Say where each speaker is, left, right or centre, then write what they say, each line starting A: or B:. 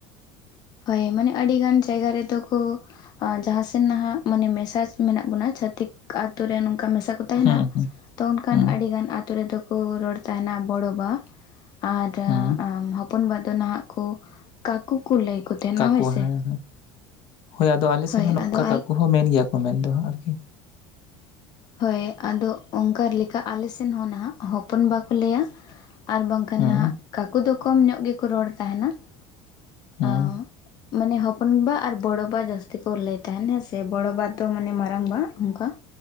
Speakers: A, on the left; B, on the left.
A: ᱦᱳᱭ ᱢᱟᱱᱮ ᱟᱹᱰᱤᱜᱟᱱ ᱡᱟᱭᱜᱟ ᱨᱮᱫᱚ ᱠᱚ ᱟ ᱡᱟᱦᱟᱸ ᱥᱮᱱ ᱱᱟᱦᱟᱜ ᱢᱟᱱᱮ ᱢᱮᱥᱟ ᱢᱮᱱᱟᱜ ᱵᱚᱱᱟ ᱪᱷᱟᱹᱛᱤᱠ ᱟᱹᱛᱩ ᱨᱮᱱ ᱱᱚᱝᱠᱟ ᱢᱮᱥᱟ ᱠᱚ ᱛᱟᱦᱮᱸᱱᱟ
B: ᱦᱩᱸ ᱦᱩᱸ
A: ᱛᱚ ᱚᱱᱠᱟᱱ
B: ᱦᱩᱸ
A: ᱟᱹᱰᱤᱜᱟᱱ ᱟᱛᱳ ᱨᱮᱫᱚ ᱠᱚ ᱨᱚᱲ ᱛᱟᱸᱦᱮᱱᱟ ᱵᱚᱲᱚ ᱵᱟ᱾ ᱟᱨ ᱟ
B: ᱦᱩᱸ
A: ᱦᱚᱯᱚᱱ ᱵᱟ ᱫᱚ ᱱᱟᱦᱟᱜ ᱠᱚ ᱠᱟᱠᱩ ᱠᱚ ᱞᱟᱹᱭ ᱠᱚ ᱛᱟᱦᱮᱱᱟ
B: ᱠᱟᱠᱩ
A: ᱦᱳᱭ ᱥᱮ
B: ᱦᱮᱸ ᱦᱮᱸ᱾ <inaudible> ᱦᱳᱭ ᱟᱫᱚ ᱟᱞᱮᱥᱮᱫ
A: ᱦᱳᱭ
B: ᱦᱚᱸ ᱱᱚᱝᱠᱟ
A: ᱟᱫᱚ ᱟᱞᱮ
B: ᱠᱟᱠᱩ ᱦᱚᱸ ᱢᱮᱱ ᱜᱮᱭᱟ ᱠᱚ ᱢᱮᱱ ᱫᱚ ᱦᱟᱸᱜ ᱟᱨᱠᱤ ᱾
A: ᱦᱳᱭ ᱟᱫᱚ ᱚᱱᱠᱟ ᱞᱮᱠᱟ ᱟᱞᱮ ᱥᱮᱱ ᱦᱚᱸ ᱱᱟᱦᱟᱜ ᱦᱚᱯᱚᱱ ᱵᱟ ᱠᱚ ᱞᱟᱹᱭᱟ ᱾ ᱟᱨ ᱵᱟᱝᱠᱷᱟᱱ
B: ᱦᱩᱸ
A: ᱦᱟᱸᱜ ᱠᱟᱠᱩ ᱫᱚ ᱠᱚᱢ ᱧᱚᱜ ᱜᱮᱠᱚ ᱨᱚᱲ ᱛᱟᱦᱮᱱᱟ ᱾
B: ᱦᱩᱸ
A: <inaudible> ᱢᱟᱱᱮ ᱦᱚᱯᱚᱱ ᱵᱟ ᱟᱨ ᱵᱚᱲᱚ ᱵᱟ ᱡᱟᱹᱥᱛᱤ ᱠᱚ ᱞᱟᱹᱭ ᱛᱟᱦᱮᱱ ᱦᱮᱸ ᱥᱮ, ᱵᱚᱲᱚ ᱵᱟ ᱫᱚ ᱢᱟᱱᱮ ᱢᱟᱨᱟᱝ ᱵᱟ ᱚᱱᱠᱟ ᱾